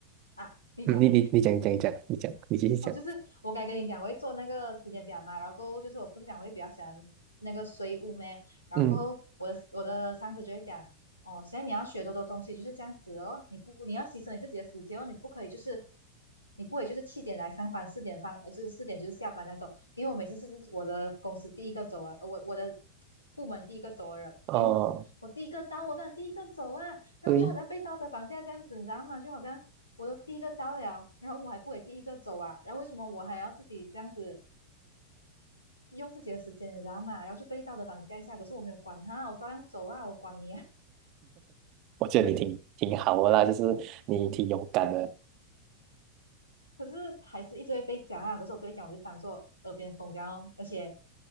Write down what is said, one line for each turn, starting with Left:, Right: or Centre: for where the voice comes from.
Left: 啊，你讲，
Right: 你你你讲你讲你讲，
Left: <laughs>
Right: 你讲你继续讲。
Left: 哦，就是我该跟你讲，我会做那个时间表嘛，然后过后就是我不是讲我会比较喜欢那个水舞咩，然后过后我的我的上司就会讲，
Right: 嗯，
Left: 哦，现在你要学多多东西就是这样子哦，你不你要牺牲你自己的时间哦，你不可以就是你不可以就是七点来上班，四点放呃就是四点就是下班那走，因为我每次是是我的公司第一个走啊，呃我我的部门第一个走的人，
Right: 哦，
Left: 因为我我第一个到哦，我当然第一个走啊，然后我就好像被道德绑架这样子，
Right: 对，
Left: 你知道吗？就好像我都第一个到了，然后我还不给第一个走啊，然后为什么我还要自己这样子用自己的时间，你知道吗？然后就被道德绑架一下，可是我没有管他，我照样走啊，我管你啊，
Right: 我觉得你挺挺好的啦，就是你挺勇敢的。
Left: <laughs> 可是还是一直会被讲啊，可是我被讲我就当做耳边风这样哦而且